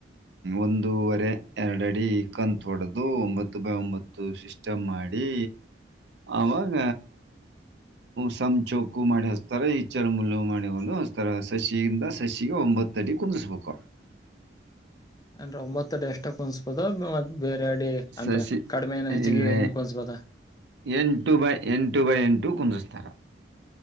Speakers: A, on the right; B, on the left.
A: ಒಂದೂವರೆ ಎರಡು ಅಡಿ ಕಂತ್ ಹೊಡೆದು ಒಂಬತ್ತು ಬೈ ಒಂಬತ್ತು ಸಿಸ್ಟಮ್ ಮಾಡಿ ಆವಾಗ. ಸಂಚೋಕು ಮಾಡಿ ಹಚ್ತಾರ ಈಚ್ಚಳ ಮುುಲ್ಲು ಮಾಡಿ ಒಂದು ಹಚ್ತಾರ ಸಸಿಿಯಿಂದ ಸಸಿಗೆ ಒಂಬತ್ತಟಿ ಕುುದಿಸ್ಬೇಕು
B: ಅನ್್ರ ಒಂಬತ್ತತ್ತುಡ್ ಎಷ್ಟ ಕುನ್ಸ್ಬೋದ ಮತ್ ಬೇರೆ ಅಡಿ
A: ಸಸಿ
B: ಅಂದ್ರ ಕಡಿಮೆಏ ಹೆಚ್ಚಿಗೆ
A: ಇಲ್ಲೇ
B: ಹಿಂಗ್ ಕನ್ಸ್ಬೋದ
A: ಎಂಟು ಬೈ ಎಂಟು ಬೈ ಎಂಟು ಕುಂದಸ್ಾರೆ